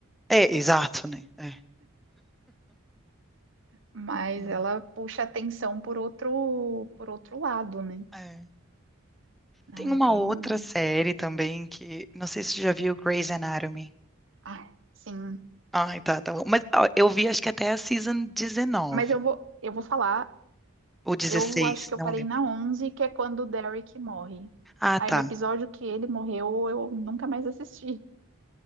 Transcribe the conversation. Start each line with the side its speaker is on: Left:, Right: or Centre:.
Centre: É, exato, né? É.
Right: Mas
Centre: Hum,
Right: ela puxa atenção por outro por outro lado, né?
Centre: é.
Right: Não
Centre: Tem
Right: é
Centre: uma
Right: bem,
Centre: outra série também que não sei se tu já viu Grey's Anatomy.
Right: ah, sim.
Centre: Ai, tá, tá bom. Mas ó, eu vi acho que até a season 19
Right: Mas eu vou eu vou falar
Centre: ou 16
Right: Eu acho que eu
Centre: não
Right: parei
Centre: lembro.
Right: na 11, que é quando o Derek morre.
Centre: Ah,
Right: Aí
Centre: tá.
Right: no episódio que ele morreu, eu nunca mais assisti.